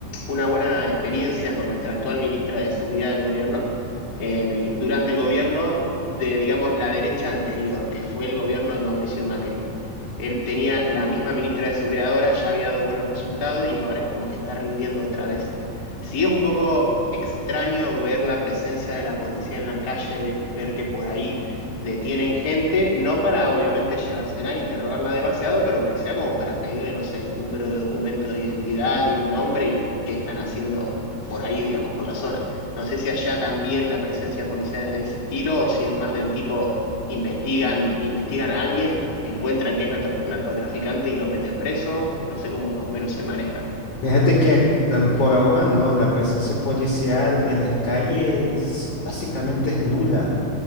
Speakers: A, on the left; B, on the left.
A: una buena experiencia con nuestra actual ministra de Seguridad del gobierno, en el- durante el gobierno de, digamos, la derecha anterior, que fue el gobierno de Mauricio Macri. Él tenía la misma ministra de Seguridad ahora, ya había dado buenos resultados y ahora es como que está rindiendo otra vez. Sí, es un poco extraño ver la presencia de la policía en la calle, ve- ver que por ahí Detienen gente, no para obviamente llevársela ni interrogarla demasiado, pero aunque sea como para pedirle, no sé, el número de documento de identidad y el nombre y qué están haciendo por ahí, digamos, por la zona. No sé si allá también la presencia policial es de ese estilo o si es más del tipo investigan, investigan a alguien, encuentran que es nato- narcotraficante y lo meten preso. No sé cómo más o menos se manejan.
B: Fíjate que mm, por ahora no, la presencia policial en las calles básicamente es nula.